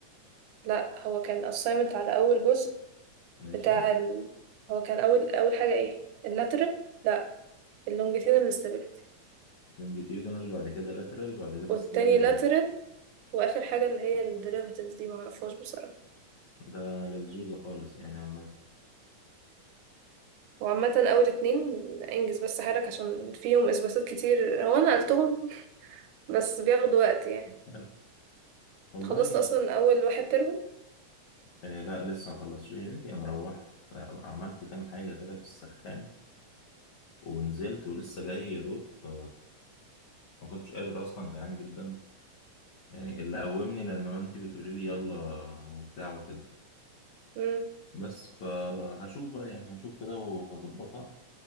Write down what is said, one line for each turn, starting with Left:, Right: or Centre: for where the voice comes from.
Right: لا هو كان assignment على اول جزء
Left: ماشي
Right: بتاع ال... هو كان اول اول حاجه ايه اللاترال لا اللونجيتيودينال stability
Left: لونجيتيودنال بعد كده لاترال بعد كده
Right: والتاني
Left: ستريلاتد
Right: lateral
Left: ريجن
Right: واخر حاجه اللي هي الديريفاتيفز دي معرفهاش بصراحه
Left: ده لزوزة خالص يعني عامة
Right: وعامة أول اتنين انجز بس حالك عشان فيهم إثباتات كتير هو أنا نقلتهم بس بياخدوا وقت يعني
Left: حلو. والله
Right: خلصت أصلا أول واحد ترم
Left: آه، لا لسه ما خلصتش يا بنتي انا روحت آه، عملت كام حاجة كده في السخان ونزلت ولسه جاي يا دوب ف ما كنتش قادر اصلا جعان جدا يعني اللي قومني لان ما انتي بتقولي لي يلا وبتاع وكده
Right: مم.
Left: بس فهشوف بقى يعني هشوف كده وهظبطها